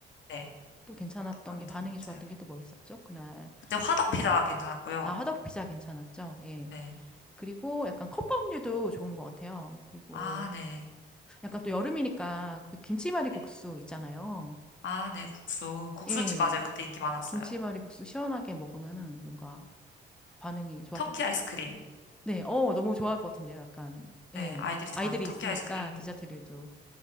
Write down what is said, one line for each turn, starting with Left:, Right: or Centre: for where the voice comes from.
Left: 네
Centre: 또 괜찮았던
Left: 닭강정
Centre: 게, 반응이 좋았던
Left: 맞아요.
Centre: 게 또 뭐 있었죠? 그날.
Left: 그때 화덕피자
Centre: 뭐
Left: 괜찮았고요.
Centre: 아, 화덕 피자 괜찮았죠? 예.
Left: 네
Centre: 그리고 약간 컵밥류도 좋은 것 같아요. 그리고
Left: 아 네
Centre: 약간 또 여름이니까 그 김치말이국수
Left: 네.
Centre: 있잖아요.
Left: 아네 국수 국수집
Centre: 예.
Left: 맞아요. 그때 인기 많았어요.
Centre: 김치말이국수 시원하게 먹으면은 뭔가 반응이 좋았던
Left: 터키
Centre: 것
Left: 아이스크림
Centre: 같아요. 네. 어, 너무 좋아할 것 같은데요. 약간.
Left: 네
Centre: 예.
Left: 아이들이 좋아하죠.
Centre: 아이들이
Left: 터키
Centre: 있으니까
Left: 아이스크림
Centre: 디저트류도.